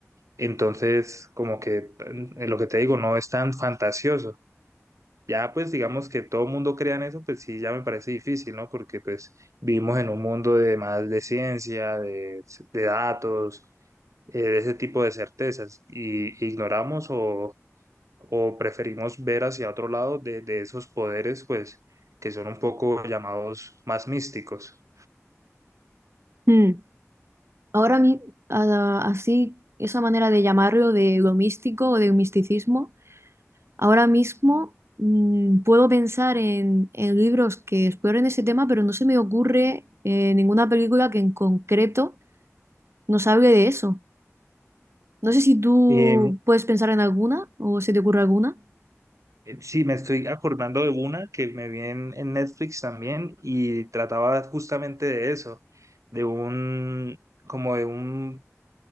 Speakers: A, on the right; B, on the right.
A: entonces, como que eh, lo que te digo, no es tan fantasioso. Ya, pues digamos que todo el mundo crea en eso, pues sí, ya me parece difícil, ¿no? Porque pues vivimos en un mundo de más de ciencia, de, de datos, eh, de ese tipo de certezas, y ignoramos o, o preferimos ver hacia otro lado de, de esos poderes, pues, que son un poco llamados más místicos.
B: Mm. Ahora a mí, a- así, esa manera de llamarlo de lo místico o de misticismo. Ahora mismo mm, puedo pensar en, en libros que exploren ese tema, pero no se me ocurre eh, ninguna película que en concreto nos hable de eso. No sé si tú
A: Eh,
B: puedes pensar en alguna o se te ocurre alguna.
A: Eh, Sí, me estoy acordando de una que me vi en, en Netflix también y trataba justamente de eso, de un, como de un,